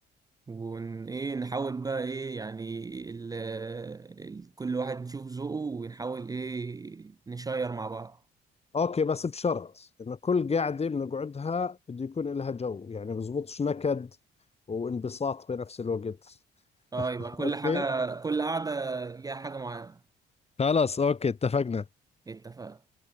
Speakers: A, on the right; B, on the left.
A: ون ايه نحاول بقى ايه يعني ال... ال... كل واحد يشوف ذوقه ونحاول ايه نشير مع بعض
B: أوكي بس بشرط إنه كل قاعدة بنقعدها بده يكون لها جو يعني بزبطش نكد وانبساط بنفس الوقت
A: اه يبقى كل
B: أوكي
A: حاجة كل قعدة ليها حاجة معينة
B: خلاص اوكي اتفقنا
A: اتفقنا